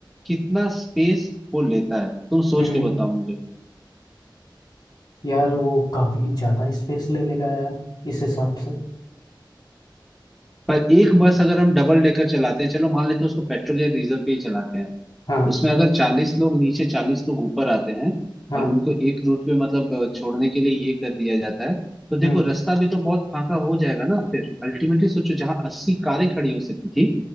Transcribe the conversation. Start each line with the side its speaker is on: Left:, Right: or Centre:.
Centre: कितना स्पेस वो लेता है तुम सोच
Left: हम्म,
Centre: के
Left: हम्म।
Centre: बताओ मुझे
Left: यार वो काफ़ी ज़्यादा स्पेस ले लेगा यार इस हिसाब से
Centre: पर एक बस अगर हम डबल डेकर चलाते हैं चलो मान लेते हैं उसको पेट्रोल या डीजल पे ही चलाते हैं
Left: हाँ
Centre: उसमें अगर चालीस लोग नीचे चालीस लोग ऊपर आते हैं
Left: हाँ
Centre: और उनको एक रूट पे मतलब अ, छोड़ने के लिए ये कर दिया जाता है तो देखो
Left: हम्म
Centre: रास्ता भी तो बहुत फाका हो जाएगा ना फिर अल्टीमेटली सोचो जहाँ अस्सी कारें खड़ी हो सकती थी